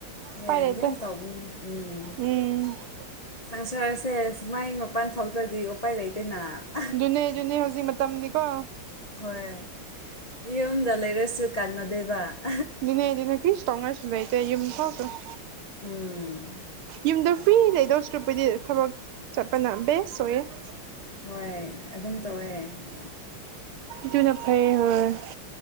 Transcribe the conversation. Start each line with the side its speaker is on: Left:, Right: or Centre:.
Left: ꯑꯦ
Right: ꯄꯥꯏ ꯂꯩꯇ‌ꯦ
Left: ꯌꯥꯝ ꯇꯧꯕꯅꯤ ꯎꯝ
Right: ꯎꯝ ꯫
Left: ꯁꯪꯁꯥꯔꯁꯦ ꯁꯨꯃꯥꯏ ꯃꯄꯥꯟ ꯊꯣꯛꯗ꯭ꯔꯗꯤ ꯎꯄꯥꯏ ꯂꯩꯇ‌ꯦꯅ ‌꯫
Right: ꯗꯨꯅꯦ ꯗꯨꯅꯦ ꯍꯧꯖꯤꯛ ꯃꯇꯝꯗꯤꯀꯣ ꯫
Left: ꯍꯣꯏ ꯌꯨꯝꯗ ꯂꯩꯔꯁꯨ ꯀꯥꯟꯅꯗꯦꯕ ꯫
Right: ꯗꯨꯅꯦ ꯗꯨꯅ‌ꯦ ꯀ꯭ꯔꯤꯁꯨ ꯇꯧꯉꯥꯏꯁꯨ ꯂꯩꯇ‌ꯦ ꯌꯨꯝ ꯊ‌ꯣꯛꯑꯁꯨ ꯫
Left: ꯎꯝ
Right: ꯌꯨꯝꯗ ꯐ꯭ꯔꯤ ꯂꯩꯗꯧ ꯁꯔꯨꯛꯄꯨꯗꯤ ꯊꯕꯛ ꯆꯠꯄꯅ ꯕꯦꯁ ꯑꯣꯏꯌꯦ ꯫
Left: ꯍꯣꯏ ꯑꯗꯨꯝ ꯇꯧꯋꯦ ꯫
Right: ꯗꯨꯅ ꯐꯩ ꯍ‌ꯣꯏ ꯫